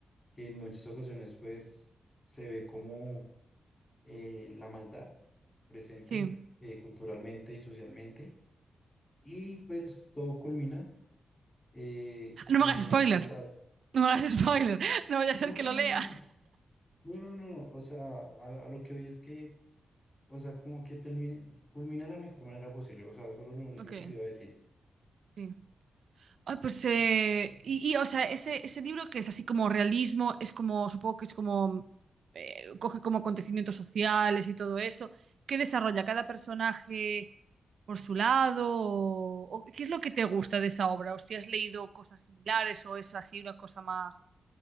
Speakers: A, on the left (about 20°); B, on the right (about 60°).
A: que en muchas ocasiones, pues, se ve como eh, la maldad presente
B: Sí.
A: eh, culturalmente y socialmente. Y pues todo culmina eh,
B: No
A: en
B: me hagas
A: unas,
B: spoiler.
A: o sea,
B: No me hagas <laughs> spoiler. No vaya a
A: No,
B: ser que
A: no,
B: lo
A: no,
B: lea.
A: no, no, no, no, o sea, a, la- a lo que hoy es que, o sea, como que termine, culmina de la mejor manera posible, o sea, solo lo único
B: Ok.
A: que te iba a decir.
B: Sí. Ay, pues, eh, y, y, o sea, ese, ese libro que es así como realismo, es como, supongo que es como, eh, coge como acontecimientos sociales y todo eso, ¿qué desarrolla cada personaje por su lado? ¿O, o qué es lo que te gusta de esa obra? ¿O si has leído cosas similares o es así una cosa más